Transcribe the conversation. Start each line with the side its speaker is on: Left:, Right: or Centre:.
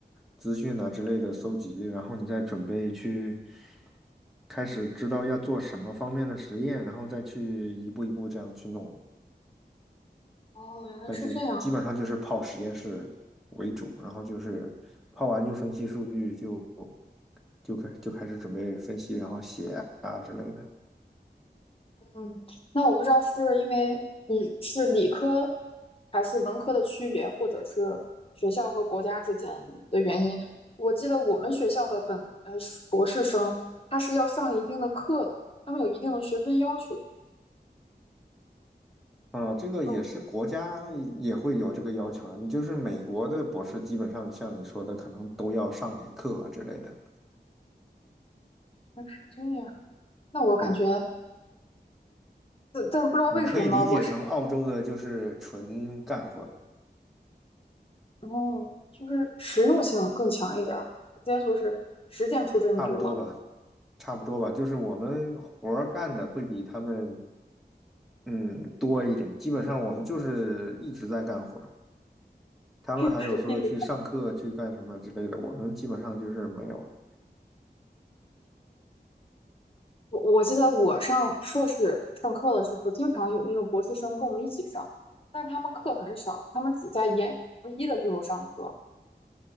Centre: 资讯啊之类的搜集，然后你再准备去开始知道要做什么方面的实验，然后再去一步一步这样去弄，
Left: 哦，原来是这样。
Centre: 再去基本上就是泡实验室为主，然后就是泡完就分析数据就，就开就开始准备分析，然后写啊之类的。
Left: 嗯，那我不知道是因为你是理科还是文科的区别，或者是学校和国家之间的原因。我记得我们学校的本呃博士生，他是要上一定的课的，他们有一定的学分要求。
Centre: 啊，这个也是国家也会有这个要求的。
Left: 呃，我
Centre: 你就是美国的博士，基本上像你说的，可能都要上点课啊之类的。
Left: 们是这样。那我感觉，
Centre: 对，
Left: 但但是不知道为什么，
Centre: 你可以理解成澳洲的就是纯干活儿，
Left: 我是哦，就是实用性更强一点儿，直接就是实践出真知了。
Centre: 差不多吧，差不多吧。就是我们活儿干的会比他们嗯多一点，基本上我们就是一直在干活儿。他们还有说去上课去干什么之类的，
Left: <laughs>
Centre: 我们基本上就是没有。
Left: 我我记得我上硕士上课的时候，经常有那种博士生跟我们一起上，但是他们课很少，他们只在研博一的时候上课。